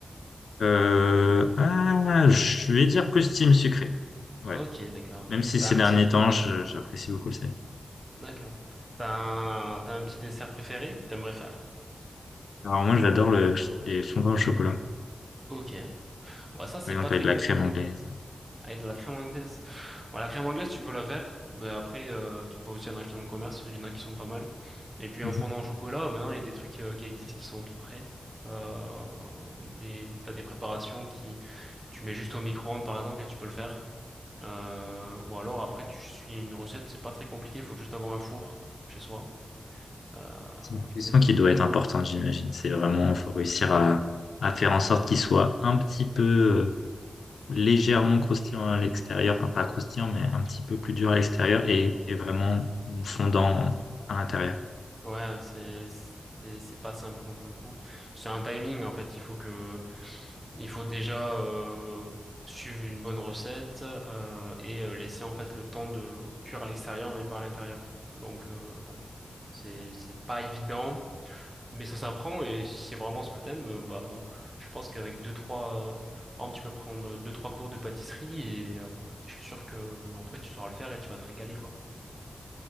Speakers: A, on the left; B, on the right.
A: Euh, ah, je vais dire costume sucré. Ouais.
B: Ok, d'accord.
A: Même si
B: T'as
A: ces
B: un
A: derniers
B: petit
A: temps, je- j'apprécie beaucoup le salé.
B: d'accord. T'as un... t'as un petit dessert préféré? que T'aimerais faire?
A: Alors moi, j'adore le, les fondants au chocolat.
B: Ok. Ouais, ça c'est
A: Par exemple,
B: pas très
A: avec de
B: compliqué.
A: la crème anglaise.
B: Avec de la crème anglaise. Bon, la crème anglaise, tu peux la faire. Mais après, euh, tu peux aussi en acheter dans le commerce. Il y en a qui sont pas mal. Et puis,
A: Mhm.
B: en fondant au chocolat, maintenant, il y a des trucs euh, qui existent qui sont tout prêts. Euh, des, t'as des préparations qui, tu mets juste au micro-ondes, par exemple, et tu peux le faire. Euh, ou alors, après, tu suis une recette. C'est pas très compliqué. Il faut juste avoir un four chez soi. Euh,
A: C'est une cuisson
B: mais bon.
A: qui doit être importante, j'imagine. C'est vraiment, faut réussir à, à faire en sorte qu'il soit un petit peu euh, légèrement croustillant à l'extérieur, enfin pas croustillant, mais un petit peu plus dur à l'extérieur et, et vraiment fondant à l'intérieur.
B: Ouais, c'est, c'est, c'est pas simple, non, pour le coup. C'est un timing, en fait. Il faut que, Il faut déjà euh, suivre une bonne recette euh, et euh, laisser en fait le temps de cuire à l'extérieur mais pas à l'intérieur. Donc euh, bon, c'est c'est pas évident, mais ça s'apprend et si c'est vraiment ce que t'aimes, euh, bah je pense qu'avec deux trois, euh, par exemple tu peux prendre deux trois cours de pâtisserie et, euh, et je suis sûr que euh, après tu sauras le faire et tu vas te régaler quoi.